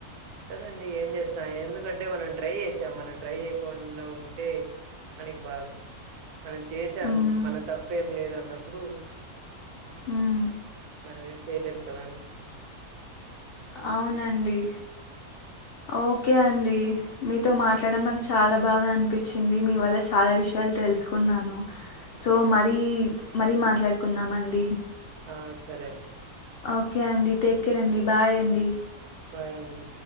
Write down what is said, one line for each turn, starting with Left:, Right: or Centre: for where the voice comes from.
Right: ఉంటదండి ఏం చేస్తా ఎందుకంటే మనం ట్రై చేసాం మనం ట్రై చేయకుండా ఉంటే మనకి బాధ మనం చేసాం
Left: హ్మ్.
Right: మన తప్పేం లేదన్నప్ అప్పుడు
Left: హ్మ్.
Right: మన ఏం చేస్ చేయలేము కదా అండి
Left: అవునండి ఓకే అండి మీతో మాట్లాడడం నాకు చాలా బాగా అనిపిచ్చింది మీ వల్ల చాలా విషయాలు తెలుసుకున్నాను సో మరీ మరీ మాట్లాడుకుందామండి
Right: ఆ సరే అండి
Left: ఓకే అండి టేక్ కేర్ అండి బాయ్ అండి
Right: బాయ్ అండి